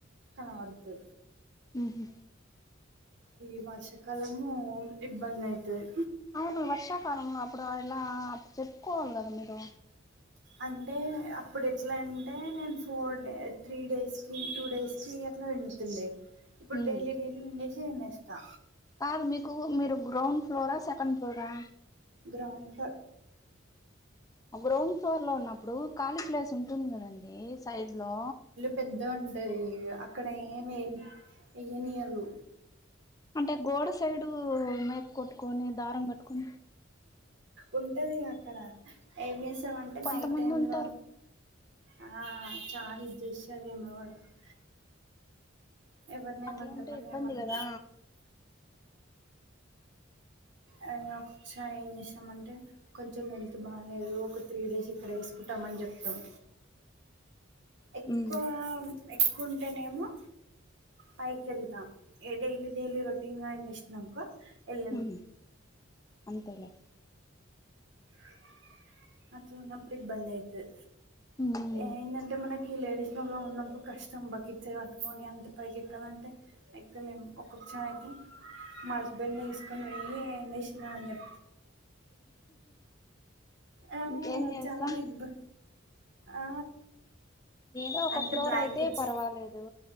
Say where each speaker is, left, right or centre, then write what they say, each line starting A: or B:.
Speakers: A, on the right; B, on the left.
A: ఆడుతు
B: ఊహూ
A: ఈ వర్షాకాలము ఇబ్బంది అయితది
B: ము వర్షాకాలం అప్పుడు ఇలా అప్పుడు చెప్పుకోవాలి కదా మీరు
A: అంటే అప్పుడు ఎట్లా అంటే నేను ఫోర్ డే త్రీ డేస్కి టూ డేస్ డ్రయ్యర్ లో విండుతుండే ఇప్పుడు
B: ఉమ్
A: డైలీ డైలీ విండేసి విన్నేస్తా
B: కాదు మీకు మీరు గ్రౌండ్ ఫ్లోరా సెకండ్ ఫ్లోరా
A: గ్రౌండ్ ఫ్లో
B: గ్రౌండ్ ఫ్లోర్ లో ఉన్నప్పుడు ఖాళీ ప్లేస్ ఉంటుంది కదండి సైడ్ లో
A: పెద్ద ఉంటుంది అక్కడ ఏమి వెయ్యనీయదు
B: అంటే గోడ సైడు మేక్ కొట్టుకొని దారం కట్టుకొని
A: ఉంటుంది అక్కడ ఏం చేసామంటే
B: కొంతమంది
A: నైట్ టైంలో
B: ఉంటారు
A: ఆ చాల <unintelligible> ఎవరిని ఏమంటామని
B: అట్లా ఉంటే ఇబ్బంది
A: మనం
B: కదా
A: అయన ఒకసారి ఏం చేసామంటే కొంచెం హెల్త్ బానేదు ఒక త్రీ డేస్ ఇక్కడ వేసుకుంటామని చెప్తాం ఎక్కువ
B: ఉమ్
A: ఎక్కువ ఉంటేనే ఏమో పైకెళ్తా డైలీ డైలీ రొటీన్గా ఎం ఇస్నంకో ఎళ్ళను
B: ఉమ్ అంతేలే
A: <unintelligible> న్నప్పుడు ఇబ్బందైతుది
B: ఉమ్
A: ఏంద అంటే మనకి లేడీస్ ప్రబ్లం ఉన్నప్పుడు కష్టం బకెట్స్ ఏట్టుకొని అంత పైకి ఎక్కాలంటే ఎక్కలేను ఒక్కొక్క సారి మా హస్బెండ్ నీ తీసుకొని పోయి ఎండేసి రా అని చెప్ ఆ
B: ఇంకేం చేస్తాం
A: చాల ఇబ్ ఆ
B: ఏదో ఒక
A: అంటే
B: ఫ్లోర్
A: బ్లాంకెట్స్
B: అయితే పర్వాలేదు